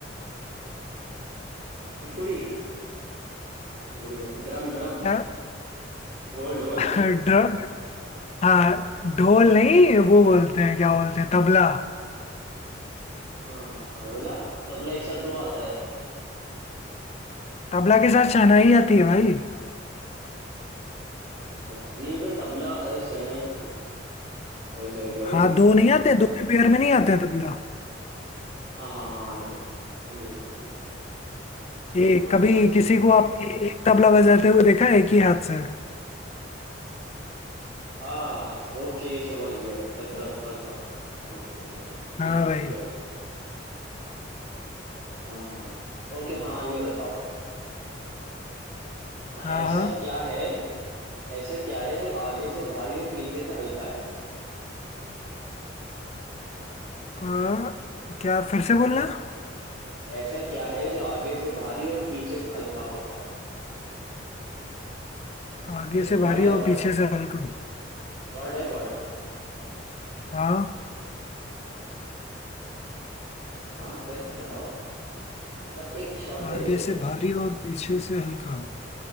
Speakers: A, on the right (about 65°); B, on the left (about 35°).
A: पिपुड़ी हाँ, पिपुड़ी ड्रम ड्रम
B: क्या
A: ढोल ढोल
B: <laughs> ढ- हाँ ढोल नहीं वो बोलते हैं क्या बोलते हैं तबला
A: हाँ तबला तबला एक साथ दो आता है
B: तबला के साथ शहनाई आती है भाई
A: अच्छा अच्छा नहीं मतलब तबला अरे शहनाई ओ Sorry sorry sorry
B: हाँ दो नहीं आते
A: मतलब
B: दो के पेयर में नहीं आते हैं तबला
A: हाँ हाँ हाँ हाँ, नहीं Okay okay okay
B: एक
A: समझ
B: कभी
A: गया समझ
B: किसी
A: गया
B: को आपने एक तबला बजाते हुए देखा है एक ही हाथ से
A: आह ओके समझ गया ठड़क ठड़क ठड़क ठड़क समझ गया समझ गया ठीक
B: हाँ
A: है ठीक
B: भाई
A: है भाई ठीक हाँ ओके हाँ ये बताओ हाँ
B: हाँ
A: ऐसा क्या है ऐसा क्या है जो आगे से भारी और पीछे से हल्का है
B: हाँ अ, क्या फिर से
A: बताओ
B: बोलना
A: ऐसा क्या है जो आगे से भारी और पीछे से हल्का होता है
B: आगे
A: एक
B: से
A: वर्ड
B: भारी
A: है
B: और
A: वर्ड
B: पीछे से हल्का
A: वर्ड है वर्ड
B: हाँ
A: हाँ फिर बताओ मतलब एक शब्द
B: आगे
A: है ये
B: से भारी और पीछे से हल्का